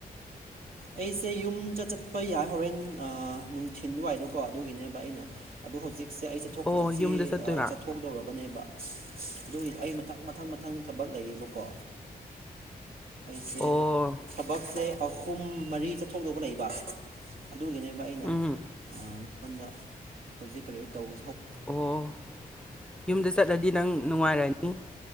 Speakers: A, on the right; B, in the centre.
A: ꯑꯩꯁꯦ ꯌꯨꯝꯆ ꯆꯠꯄ ꯌꯥꯏ ꯍꯣꯔꯦꯟ ꯅꯨꯡꯊꯤꯤꯟꯗꯨꯋꯥꯏꯗꯀꯣ ꯑꯗꯨꯒꯤꯅꯦꯕ ꯑꯩꯅ ꯑꯗꯣ ꯍꯧꯖꯤꯛ ꯁꯦ ꯑꯩ ꯆꯠꯊꯣꯛ
B: ꯑꯣ ꯌꯨꯝꯗ
A: ꯁꯤ
B: ꯆꯠꯇꯣꯏꯕ
A: ꯆꯠꯊꯣꯛꯗꯧꯔꯕꯅꯦꯕ ꯑꯗꯨꯒꯤꯗꯤ ꯑꯩ ꯃꯊꯪ ꯃꯊꯪ ꯃꯊꯪ ꯊꯕꯛ ꯂꯩꯌꯦꯕꯀꯣ ꯑꯩꯁꯦ
B: ꯑꯣ
A: ꯊꯕꯛꯁꯦ ꯑꯍꯨꯝ ꯃꯔꯤ ꯆꯠꯊꯣꯛꯧꯕ ꯂꯩꯕ ꯑꯗꯨꯒꯤꯅꯦꯕ ꯑꯩꯅ
B: ꯎꯝ
A: ꯅꯉꯣꯟꯗ ꯍꯧꯖꯤꯛ ꯀꯔꯤꯌꯔ ꯇꯧꯕ
B: ꯑꯣ ꯌꯨꯝꯗ ꯆꯠꯂꯗꯤ ꯅꯪ ꯅꯨꯡꯉꯥꯏꯔꯅꯤ